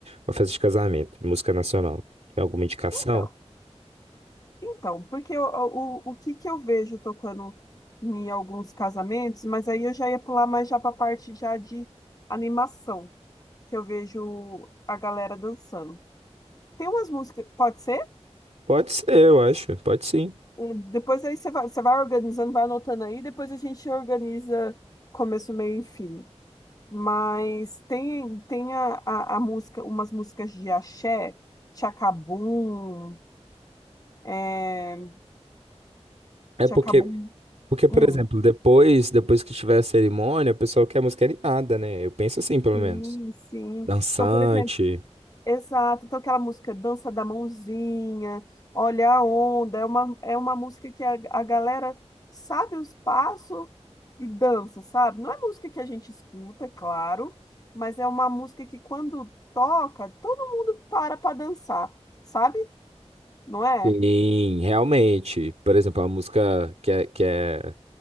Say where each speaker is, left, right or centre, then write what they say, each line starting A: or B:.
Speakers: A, on the right (about 75°); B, on the left (about 35°).
A: uma festa de casamento, música nacional? Tem alguma indicação?
B: Então. Então, porque eu- o, o, que que eu vejo tocando em alguns casamentos, mas aí eu já ia pular mais já para a parte já de animação, que eu vejo a galera dançando. Tem umas músicas, pode ser?
A: Pode ser, eu acho. Pode sim.
B: Hum, Depois aí você vai, você vai organizando, vai anotando aí, depois a gente organiza começo, meio e fim. Mas tem, tem a, a, a música, umas músicas de axé, Tchacabum, é,
A: É
B: Tchacabum,
A: porque Porque, por
B: hum,
A: exemplo, depois, depois que tiver a cerimônia, o pessoal quer música animada, né? Eu penso assim, pelo
B: sim,
A: menos.
B: sim.
A: Dançante.
B: Então, por exemplo, Exato, então aquela música Dança da Mãozinha, Olha a Onda, é uma, é uma música que a, a galera sabe os passos e dança, sabe? Não é música que a gente escuta, é claro, mas é uma música que quando toca, todo mundo para para dançar, sabe? Não é?
A: Sim, realmente. Por exemplo, a música que é, que é